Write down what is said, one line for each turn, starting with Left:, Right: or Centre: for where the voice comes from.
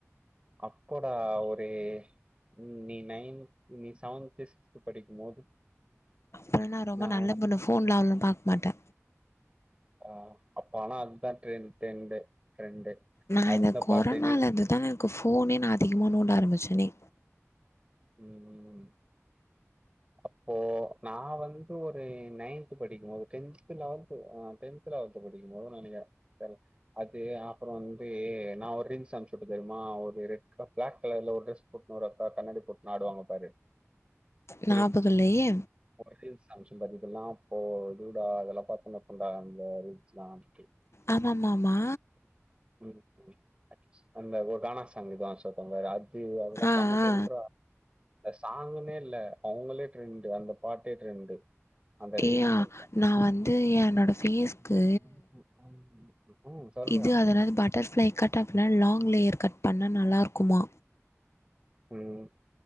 Right: அப்போனா ஒரு ம் நீ நைன்த் நீ செவன்த் சிக்ஸ்த் படிக்கும் போது
Left: அப்புறோ நா ரொம்ப
Right: நான்
Left: நல்ல பொண்ணு ஃபோன்லா அவளோ பார்க்க மாட்டே
Right: ஆ அப்ப ஆனா அதுதா ட்ரெண் ட்ரெண்டு ட்ரெண்டு
Left: நா
Right: அந்த
Left: இந்த கொரோனாலருந்து
Right: பாட்டு நீ
Left: தா எனக்கு ஃபோனே நா அதிகமாக நோண்ட ஆரம்பிச்சேனே
Right: ம் ம் ம் அப்போ நா வந்து ஒரு நைன்த்து படிக்கும்போது டென்த்து லெவன்த்து ஆ டென் த்து லெவல்த்து படிக்கும் போது நெனைக்கிரே தெர்ல அது அப்றோ வந்து நா ஒரு ரிங்ஸ் அம்ச்சுட்டே தெரியுமா ஒரு ரெட் க ப்ளாக் கலர்ல ஒரு ட்ரெஸ் போட்னு ஒரு அக்கா கண்ணடி போட்னு ஆடுவாங்க பாரு குளி
Left: ஞாபகல்லயே
Right: ரீல்ஸ் அமிச்சே பாத்தீங்கனா அப்ப லூடா அதெல்லா பாத்துனுருப்போடா அந்த ரீல்ஸ் லா வன்ட்டு
Left: ஆமா மாமா
Right: ம் அந்த கானா சாங் தா சொன்ன பாரு ஏ அதல்லா
Left: ஆ
Right: செம டிரெண்ட்ரா
Left: ஆ
Right: இந்த சாங்னே இல்ல அவங்களே ட்ரெண்டு் அந்த பாட்டே ட்ரெண்டு அந்த
Left: கியா
Right: ரீல்னு சொல்றே
Left: நா வந்து என்னோட ஃபேஸ்க்கு
Right: ம் சொல்றான்.
Left: இது அதுலருந்து பட்டர்பிளை கட் ஆஃப்ல லாங் லேயர் கட் பண்ணா நல்லா இருக்குமா
Right: ம்